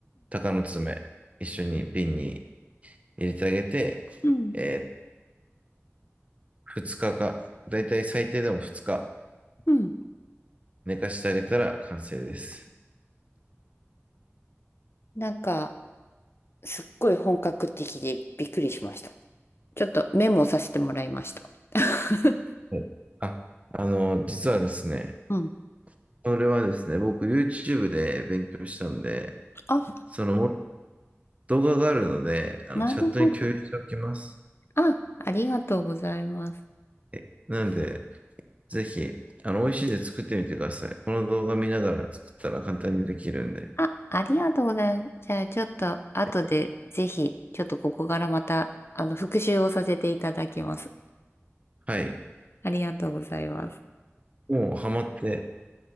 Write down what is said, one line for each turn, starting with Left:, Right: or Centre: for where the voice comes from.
Right: 鷹の爪、一緒に瓶に入れてあげて、
Left: うん、
Right: え2日かか、だいたい最低でも2日
Left: うん。
Right: 寝かしてあげたら完成です。
Left: なんか、すっごい本格的でびっくりしました。ちょっとメモさせてもらいました。<laughs>
Right: はいあ、あの、実はですね、
Left: うん。
Right: それはですね、僕 YouTube で勉強したんで、
Left: あ、
Right: そのも動画があるので、あのチャットに共有しておきます。
Left: なるほど。あ、ありがとうございます。
Right: えなんで、ぜひ、あの、美味しいんで作ってみてください。この動画見ながら作ったら簡単にできるんで。
Left: あ、ありがとうございます。じゃあ、ちょっと、後で、
Right: え
Left: ぜひ、ちょっとここからまた、あの、復習をさせていただきます。
Right: はい。
Left: ありがとうございます。
Right: もうハマって、